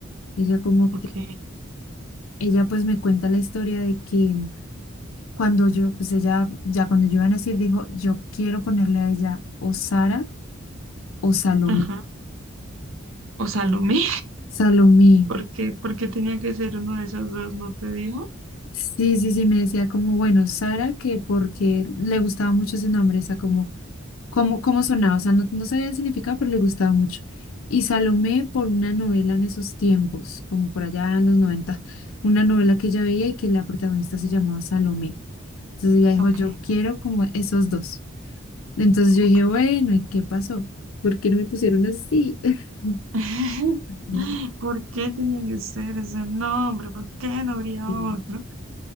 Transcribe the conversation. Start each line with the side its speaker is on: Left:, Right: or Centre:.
Left: Ella como
Right: Ok,
Left: que, ella pues me cuenta la historia de que cuando yo, pues ella, ya cuando yo iba a nacer, dijo, yo quiero ponerle a ella o Sara o Salomé
Right: ajá. O Salomé.
Left: Salomé.
Right: ¿Por qué, por qué tenía que ser uno de esos dos? ¿No te dijo?
Left: Sí, sí, sí, me decía como, bueno, Sara, que porque le gustaba mucho ese nombre, o sea, como, cómo cómo sonaba, o sea, no, no sabía el significado, pero le gustaba mucho. Y Salomé por una novela en esos tiempos, como por allá en los 90, una novela que ella veía y que la protagonista se llamaba Salomé. Entonces ella dijo,
Right: Ok,
Left: yo quiero como esos dos. Entonces
Right: ok.
Left: yo dije, bueno, ¿y qué pasó? ¿Por qué no me pusieron así? <laughs>
Right: <laughs>
Left: Mira.
Right: ¿Por qué tenía que ser ese nombre? ¿Por qué no habría
Left: sí.
Right: otro?